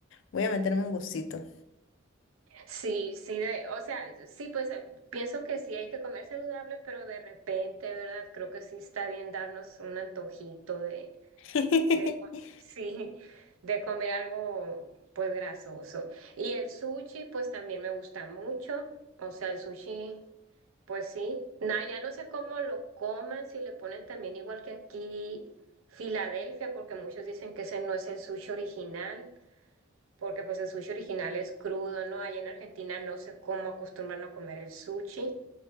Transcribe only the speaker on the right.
Sí, sí, de, o sea, sí, pues eh, pienso que sí hay que comer saludable, pero de repente, ¿verdad? Creo que sí está bien darnos un antojito
De, co- sí, de comer algo pues grasoso. Y el sushi pues también me gusta mucho. O sea, el sushi pues sí. Nada, ya no sé cómo lo coman, si le ponen también igual que aquí Filadelfia, porque muchos dicen que ese no es el sushi original, porque pues el sushi original es crudo, ¿no? Allá en Argentina no sé cómo acostumbran a comer el sushi.